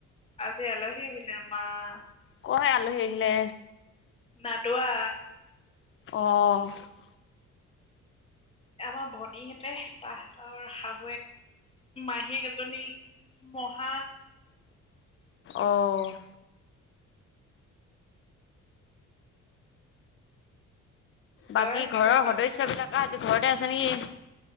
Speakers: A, on the left; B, on the left.
A: আজি আলহী আহিলে আমাৰ।
B: কোহে' এ আলহী আহিলে।
A: নাদোৱা
B: অ'হ।
A: আমাৰ ভনীহেঁতে, তাহতৰ শাহুৱে মাহীয়েক এজনী, মহা
B: অ'।
A: তই
B: বাকী
A: কি
B: ঘৰৰ
A: কৰিছ
B: সদস্য বিলাক আহ ঘৰতে আছে নেকি?